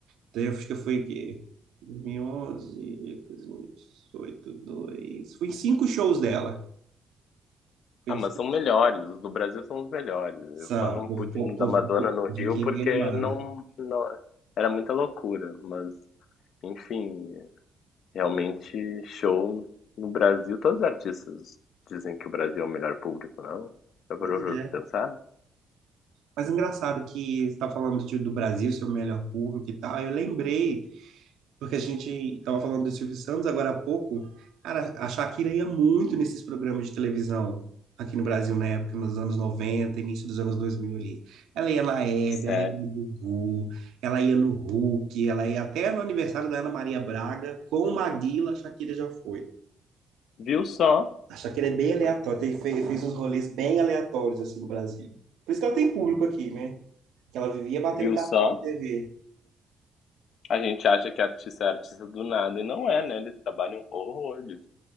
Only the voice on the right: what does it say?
Então, eu acho que eu fui o quê? 2011, 2018, dois. mil e dezoito, dois. Fui em cinco shows dela. Fui
em
cinco.
São,
o povo,
povo,
povo, povo
de
que
é bem animada.
Pois
é.
Mas engraçado que você está falando de- do Brasil, seu melhor público e tal. Eu lembrei, porque a gente estava falando do Silvio Santos agora há pouco. Cara, a Shakira ia muito nesses programas de televisão aqui no Brasil na época, nos anos 90, início dos anos 2000 ali. Ela ia na Hebe,
ela ia no Gugu, ela ia no Hulk, ela ia até no aniversário da Ana Maria Braga, com o Maguila, a Shakira já foi.
A Shakira é bem aleatória, tem- fez, fez uns rolês bem aleatórios assim no Brasil. Por isso que ela tem público aqui, né? Que ela vivia batendo
cartão
na TV.